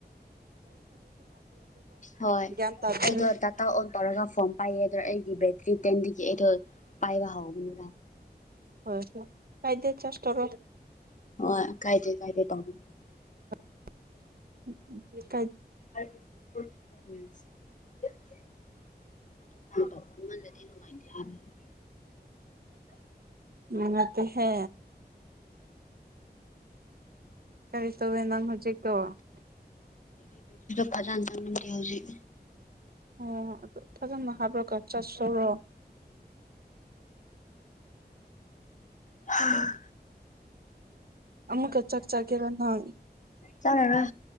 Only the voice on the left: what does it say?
ꯍꯣꯏ
ꯑꯩꯗꯣ ꯗꯥꯇꯥ ꯑꯣꯟ ꯇꯧꯔꯒ ꯐꯣꯝ ꯄꯥꯏꯌꯦ ꯑꯗ ꯑꯩꯒꯤ ꯕꯦꯇ꯭ꯔꯤ ꯇꯦꯟꯗꯒꯤ ꯑꯩꯗꯣ ꯄꯥꯏꯕ ꯍꯧꯕꯅꯦꯕꯥ
ꯑꯣ ꯀꯥꯏꯗꯦ ꯀꯥꯏꯗꯦ ꯇꯧꯕꯤ
<inaudible> <unintelligible>
ꯐꯖ <unintelligible> ꯍꯧꯖꯤ
ꯍꯥꯝ
ꯆꯪꯉꯔꯣꯏ